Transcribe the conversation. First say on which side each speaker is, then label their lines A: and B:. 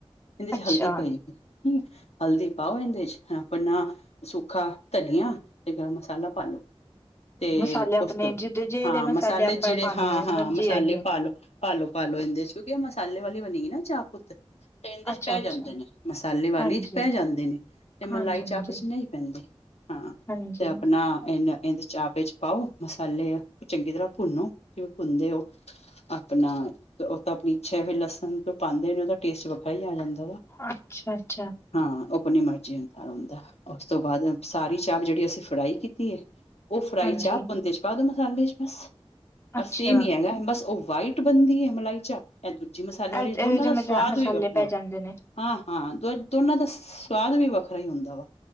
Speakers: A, on the left; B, on the left.
A: ਇਹਦੇ ਚ
B: ਅੱਛਾ
A: ਹਲਦੀ ਪਾਈਗੀ। ਹਲਦੀ ਪਾਓ ਇੰਹਦੇ ਚ, ਆਪ ਨਾ ਸੁੱਖਾ ਧਨੀਆ, ਤੇ ਗਰਮ ਮਸਾਲਾ ਪਾ ਲੋ। ਤੇ,
B: ਮਸਾਲੇ ਆਪਣੇ
A: ਉਸ ਤੋਂ
B: ਜਿਦੇ ਜਿਹੜੇ
A: ਹਾਂ, ਮਸਾਲੇ
B: ਆਪਾਂ
A: ਜਿਹੜੇ
B: ਪਾਣੇ
A: ਹਾਂ-ਹਾਂ,
B: ਹੋਏ ਮਰਜ਼ੀ
A: ਮਸਾਲੇ
B: ਹੈਗੀ ਆ
A: ਪਾ ਲਓ। ਪਾਲੳ-ਪਾਲੳ ਇੰਹਦੇ ਚ, ਕਿਉਂਕਿ ਮਸਾਲੇ ਵਾਲੀ ਬਣੀ ਗਈ ਨਾ, ਚਾਹ ਪੁੱਤ। ਤੇ ਇੰਹਦੇ
B: ਅੱਛਾ
A: ਚ ਪੈ
B: ਅੱਛਾ
A: ਜਾਂਦੇ ਨੇ? ਮਸਾਲੇ ਵਾਲੀ
B: ਹਾਂਜੀ
A: ਚ ਪੈ ਜਾਂਦੇ ਨੇ, ਤੇ ਮਲਾਈ
B: ਹਾਂਜੀ ਹਾਂਜੀ
A: ਚਾਪ ਚ ਨਹੀਂ ਪੈਂਦੇ। ਹਾਂ,
B: ਹਾਂਜੀ
A: ਤੇ ਆਪਨਾ, ਇਹੰ ੰਦ ਚਾਪ ਵਿੱਚ ਪਾਓ, ਮਸਾਲੇ ਅ ਚੰਗੀ ਤਰ੍ਹਾਂ ਭੁੰਨੋ, ਜਿਵੇਂ ਭੁੰਨਦੇ ਹੋ। ਆਪਨਾ, ਉਹ ਤਾਂ ਆਪਣੀ ਇੱਛਾ ਵੇ, ਲਸਣ ਤੋਂ ਪਾਉਂਦੇ ਨੇ, ਉਹਦਾ ਟੇਸਟ ਵ ਖਾਈ ਆ ਜਾਂਦਾ ਵਾ?
B: ਅੱਛਾ ਅੱਛਾ
A: ਹਾਂ, ਉਹ ਆਪਨੀ ਮਰਜ਼ੀ ਨਾਲ ਹੁੰਦਾ, ਉਸ ਤੋਂ ਬਾਅਦ, ਸਾਰੀ ਚਾਪ ਜਿਹੜੀ ਅਸੀਂ ਫਰਾਈ ਕੀਤੀ ਇ, ਉਹ ਫਰਾਈ
B: ਹਾਂਜੀ
A: ਚਾਪ ਪੁੰਦੇ ਚ ਪਾ ਦੋ ਮਸਾਲੇ ਚ ਬਸ, ਆ
B: ਅੱਛਾ
A: ਸੇਮ ਈ ਹੈਗਾ, ਬਸ ਉਹ ਵਾਈਟ ਬਣਦੀ ਏ ਮਲਾਈ ਚਾਪ, ਇਹ ਦੁਜੀ ਮਸਾਲੇ ਵਾਲੀ,
B: ਇਹ ਇਹਦੇ
A: ਦੋਨਾਂ
B: ਚ
A: ਦਾ
B: ਮਸਾ
A: ਸਵਾਦ
B: ਮਸਾਲੇ
A: ਵੀ ਵੱਖਰਾ-
B: ਪੈ
A: ਵ
B: ਜਾਂਦੇ ਨੇ
A: ਹਾਂ ਹਾਂ, ਦੋਇ ਦੋਨਾ ਦਾ ਸਵਾਦ ਵੀ ਵੱਖਰਾ ਹੀ ਹੁੰਦਾ ਵਾ।